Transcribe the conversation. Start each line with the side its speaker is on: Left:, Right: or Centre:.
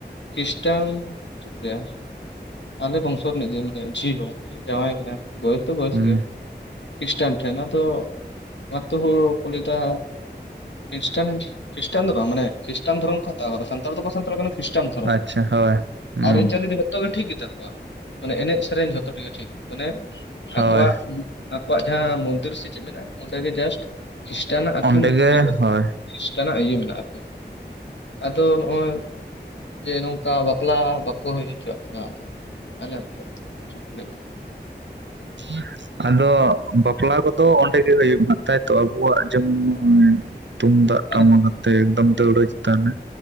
Left: ᱠᱷᱤᱥᱴᱟᱱ ᱪᱮᱫ ᱠᱚ ᱞᱟᱹᱭᱟ ᱟᱞᱮ ᱵᱚᱝᱥᱚ ᱨᱮᱱᱤᱡᱮ ᱢᱟᱱᱮ ᱡᱷᱤ ᱦᱚᱲ ᱡᱟᱶᱟᱭ ᱠᱟᱱᱟ ᱵᱚᱭᱮᱥ ᱫᱚ ᱵᱚᱭᱮᱥ
Right: ᱦᱩᱸ
Left: ᱜᱮᱭᱟ ᱠᱷᱨᱤᱥᱴᱟᱱ ᱴᱷᱮᱱ ᱟᱫᱚ ᱟᱛᱳ ᱦᱚᱲ ᱠᱚ ᱞᱟᱹᱭ ᱫᱟ ᱠᱷᱤᱥᱴᱟᱱ ᱠᱷᱤᱥᱴᱟᱱ ᱫᱚ ᱵᱟᱝ ᱢᱟᱱᱮ ᱠᱷᱤᱥᱴᱟᱱ ᱫᱷᱚᱨᱚᱢ ᱠᱚ ᱥᱟᱱᱛᱟᱲ ᱫᱚᱠᱚ ᱥᱟᱱᱛᱟᱲ ᱠᱟᱱᱟ ᱠᱷᱨᱤᱥᱴᱟᱱ ᱫᱷᱚᱨᱚᱢ
Right: ᱟᱪᱪᱷᱟ ᱦᱳᱭ ᱦᱩᱸ
Left: ᱟᱹᱨᱤ ᱪᱟᱹᱞᱤ ᱡᱚᱛᱚ ᱜᱮ ᱴᱷᱤᱠ ᱜᱮᱛᱟ ᱠᱚᱣᱟ ᱢᱟᱱᱮ ᱮᱱᱮᱡ ᱥᱮᱨᱮᱧ ᱡᱷᱚᱛᱚ ᱜᱮ ᱴᱷᱤᱠ ᱢᱟᱱᱮ
Right: ᱦᱳᱭ
Left: ᱟᱠᱚᱣᱟᱜ ᱟᱠᱚᱣᱟᱜ ᱡᱟᱦᱟᱸ ᱢᱚᱱᱫᱤᱨ ᱥᱮ ᱪᱮᱫ ᱢᱮᱱᱟᱜ-ᱟ ᱚᱸᱰᱮᱜᱮ ᱡᱟᱥᱴ ᱠᱷᱨᱤᱥᱴᱱᱟᱜ ᱟᱨᱠᱤ
Right: ᱚᱸᱰᱮ
Left: ᱢᱩᱨᱛᱤ
Right: ᱜᱮ
Left: ᱢᱮᱱᱟᱜ-ᱟ᱾
Right: ᱦᱳᱭ
Left: ᱠᱷᱤᱥᱴᱟᱱᱟᱜ ᱤᱭᱟᱹ ᱢᱮᱱᱟᱜ ᱟᱨᱠᱤ ᱟᱫᱚ ᱱᱚᱜ-ᱚᱭ ᱡᱮ ᱱᱚᱝᱠᱟ ᱵᱟᱯᱞᱟ ᱵᱟᱠᱚ ᱦᱩᱭ ᱦᱚᱪᱚᱣᱟᱜ ᱠᱟᱱᱟ ᱟᱞᱮ ᱟᱹᱛᱩ ᱨᱮ ᱠᱤᱪᱷᱩ ᱠᱚ ᱞᱟᱹᱭᱟ᱾
Right: <inaudible> ᱟᱫᱚ ᱵᱟᱯᱞᱟ ᱠᱚᱫᱚ ᱚᱸᱰᱮ ᱜᱮ ᱦᱩᱭᱩᱜ ᱢᱟ ᱛᱟᱭ ᱛᱚ ᱟᱵᱚᱣᱟᱜ ᱡᱮᱢᱚᱱ ᱱᱚᱜ-ᱚᱭ ᱛᱩᱢᱫᱟᱜ
Left: ᱟᱫᱚ
Right: ᱴᱟᱢᱟᱠ ᱟᱛᱮᱜ ᱮᱠᱫᱚᱢ ᱫᱟᱹᱣᱲᱟᱹ ᱪᱮᱛᱟᱱ ᱨᱮ